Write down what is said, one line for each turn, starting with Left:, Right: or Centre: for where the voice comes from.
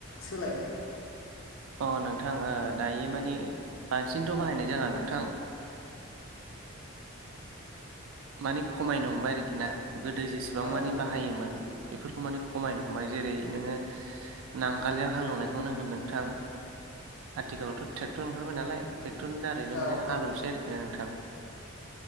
Left: सोलायबाय।
Right: अ नोंथां दायो माने बांसिनथ' बाहायनाय जाला नोंथां। माने खमायनो हमबाय आरोखि ना गोदो जेसेबां
Left: औ
Right: मानि बाहायोमोन बेफोरखौ माने खमायनो हमबाय जेरै नोङो नांगालजों हालेवनायखौनो होन नोंथां। आथिखालावथ' ट्रेक्टर ओंखारबाय नालाय। ट्रेक्टरनि दारैनो
Left: औ
Right: माने हालौसै आरोखि ना नोंथां।